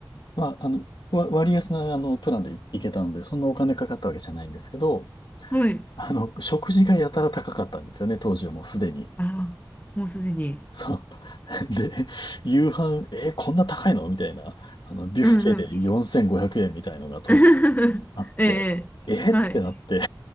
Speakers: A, on the left; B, on the left.
A: まあ、あの、わ割安な、あの、プランで行けたので、そんなお金かかったわけじゃないんですけど、
B: はい。
A: あの、食事がやたら高かったんですよね、当時はもうすでに。
B: ああ、もうすでに。
A: そう。<laughs> で、夕飯、えーこんな高いのみたいな、あの、ビュッフェで4500円みたいのが当時
B: うんうん。<laughs>
A: あって、
B: ええ、
A: えーってなって
B: はい、